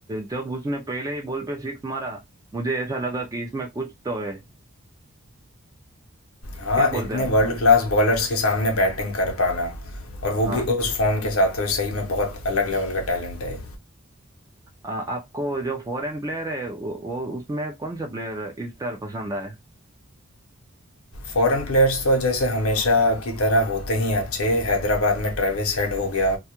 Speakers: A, on the right; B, on the left.
A: जब उसने पहले ही बॉल पे सिक्स मारा मुझे ऐसा लगा कि इसमें कुछ तो है
B: हाँ,
A: क्या बोलते
B: इतने
A: हैं आप
B: वर्ल्ड क्लास बॉलर्स के सामने बैटिंग कर पाना और वो
A: हाँ
B: भी उस फ़ॉर्म के साथ तो सही में बहुत अलग लेवल का टैलेंट है।
A: अ, आपको जो फॉरेन प्लेयर है वो, वो उसमें कौन सा प्लेयर इस बार पसंद आया
B: फॉरेन प्लेयर्स तो जैसे हमेशा की तरह होते ही हैं अच्छे हैदराबाद में ट्रेविस हेड हो गया